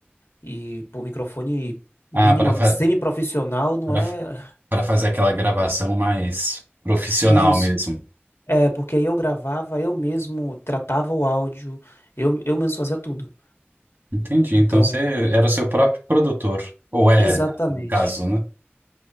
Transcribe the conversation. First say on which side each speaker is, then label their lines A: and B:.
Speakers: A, on the left; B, on the right.
A: e, pô, microfone mínima,
B: Ah, para fa
A: semi-profissional, não
B: para
A: é
B: para fazer aquela gravação mais profissional
A: <laughs> isso.
B: mesmo.
A: É, porque aí eu gravava, eu mesmo tratava o áudio, eu, eu mesmo fazia tudo.
B: Entendi.
A: Então,
B: Então você era o seu próprio produtor, ou é,
A: exatamente.
B: no caso, né?